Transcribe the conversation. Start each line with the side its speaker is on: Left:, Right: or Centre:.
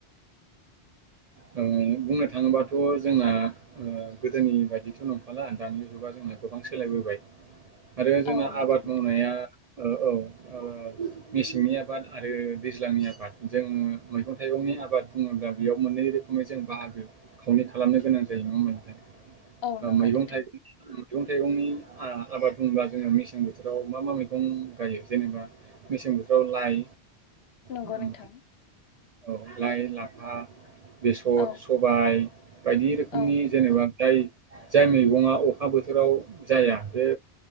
Right: ओ बुंनो थाङोब्ला थ' जोंना ओ गोदोनि बायिथ' नंखाला दानि जुगा जोंना गोबां सोलायबोबाय आरो जोंना
Left: औ नंगौ
Right: आबाद
Left: नोंथां
Right: मावनाया औ औ मेसेंनि आबाद आरो दैज्लांनि आबाद जोङो मैगं थाइगं नि आबाद बुङोब्ला बेयाव मोननै रोख जों बाहागो खावनै खालामनो गोनां जायो नङा होमबा नोंथां
Left: औ नंगौ
Right: मैगं
Left: नोंथां
Right: थाइगं मैगं थाइगंनि आं आबाद बोब्ला जोङो मेसें बोथोराव मा मा मैगं गायो जेनेबा मेसें बोथोराव लाइ
Left: नंगौ
Right: ओम,
Left: नोंथां।
Right: औ लाइ लाफा बेसर
Left: औ
Right: सबाय बायदि रोखोमनि
Left: औ
Right: जेनेबा
Left: नंगौ
Right: जाय जाय मैगङा अखा बोथोराव जाया बे